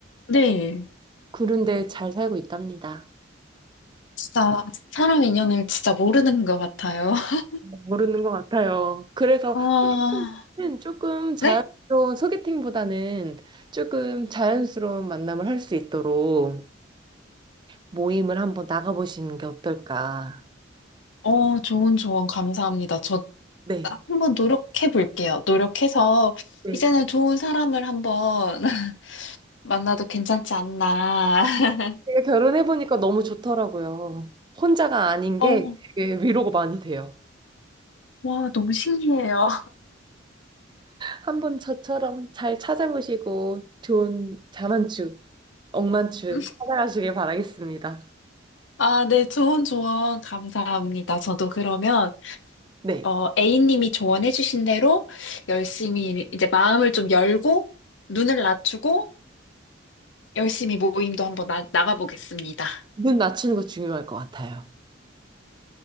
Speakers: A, on the left; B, on the right.
A: 네.
B: 그런데 잘 살고 있답니다.
A: 진짜 사람 인연을 진짜 모르는 것 같아요. <laughs>
B: 모르는 것 같아요. 그래서
A: 아,
B: 는 조금 자연스러운
A: 네?
B: 소개팅보다는 조금 자연스러운 만남을 할 수 있도록 모임을 한번 나가보시는 게 어떨까?
A: 어, 좋은 조언 감사합니다. 저
B: 네.
A: 한번 노력해 볼게요. 노력해서
B: 네.
A: 이제는 좋은 사람을 한번 <laughs> 만나도 괜찮지 않나. <laughs>
B: 제가 결혼해보니까 너무 좋더라고요. 혼자가 아닌
A: 어,
B: 게 되게 위로가 많이 돼요.
A: 와, 너무 신기해요.
B: 한번 저처럼 잘 찾아보시고 좋은 자만추, 억만추
A: <laughs>
B: 찾아가시길 바라겠습니다.
A: 아, 네, 좋은 조언 감사합니다. 저도 그러면
B: 네.
A: 어, A님이 조언해주신 대로 열심히 이제 마음을 좀 열고 눈을 낮추고 열심히 모임도 한번 나, 나가보겠습니다.
B: 눈 낮추는 거 중요할 것 같아요.